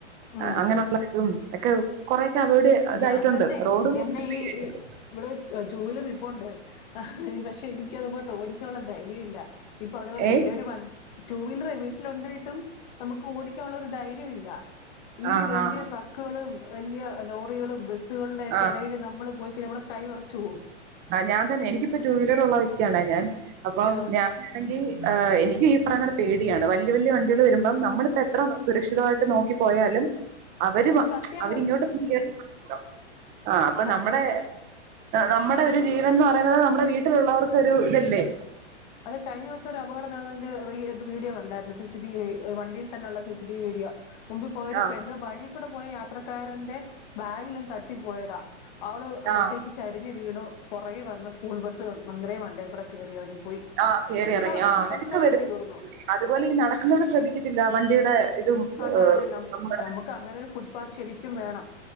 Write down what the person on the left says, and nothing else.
ഉം
ഞാൻ തന്നെ
എനിക്കന്നെ
ഈ ഈ ഇവിടെ ടു വീലർ ഇപ്പുണ്ട് പക്ഷെ എനിക്കത്ങ്ങോട്ട് ഓടിക്കാനുള്ള ധൈര്യല്ല ഈ പറഞ്ഞ പോലെ
ഇതിരെ ഒരു വൻ ടുവീലറെ വീട്ടിലുണ്ടായിട്ടും നമുക്ക് ഓടിക്കാനുള്ള ഒരു ധൈര്യം ഇല്ല ഈ
വല്യ ട്രക്ക് ക്കാളും വല്യ ലോറികളും ബസ്സുകളുടെക്കെ
ഇടയില് നമ്മള് പോയിക്കയ്ഞ നമ്മുടെ കൈ വെറച്ച് പോകു
ആ
ഒന്ന് തട്ടിയാ
മതി
അത്
അത് കഴിഞ്ഞ ദിവസം ഒര് അപകടം നടന്നതിന്റെ ഇത് വീഡിയോ കണ്ടായിരുന്നു സി സി ടിവി വണ്ടിയിൽ തന്നെയുള്ള സിസി ടി വി വീഡിയോ മുമ്പ് പോയൊരു
പെണ്ണ് വഴി കൂടെ പോയ യാത്രക്കാരൻന്റെ ബാഗിലന്ന് തട്ടിപ്പോയതാ അവള് അന്നരത്തേക്ക്
ചരിഞ് വീണു പുറകെ വന്ന സ്കൂൾ ബസ്സ് അന്നരം വണ്ടേക്കൂടെ കേറി ഇറങ്ങിപ്പോയി
ആ
അന്നേരം
തീർന്നു
അതെ അതെ നമുക്ക്
അങ്ങനെ ഒരു ഫുട് പാത്ത് ശരിക്കും വേണം